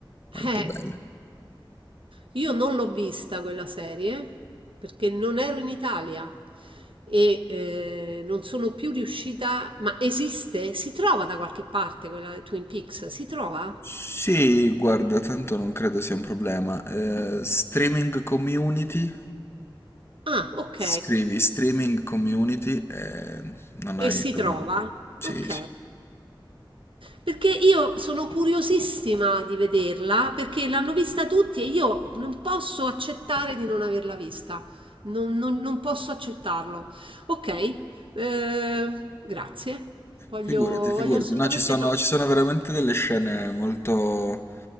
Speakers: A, on the left (about 30°); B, on the right (about 80°).
A: molto
B: eh,
A: bella.
B: io non l'ho vista quella serie perché non ero in Italia e eh, non sono più riuscita... Ma esiste? Si trova da qualche parte quella Twin Peaks? Si trova?
A: Sì, guarda, tanto non credo sia un problema. Eh, streaming community,
B: Ah, ok.
A: scrivi streaming community e non
B: E
A: hai
B: si
A: problemi.
B: trova?
A: Sì,
B: Ok.
A: sì.
B: Perché io sono curiosissima di vederla, perché l'hanno vista tutti e io non posso accettare di non averla vista. Non, non- non posso accettarlo. Ok, eh, grazie. Voglio,
A: Figurati,
B: voglio
A: figurati.
B: assolutamente
A: No, ci sono,
B: no.
A: ci sono veramente delle scene molto,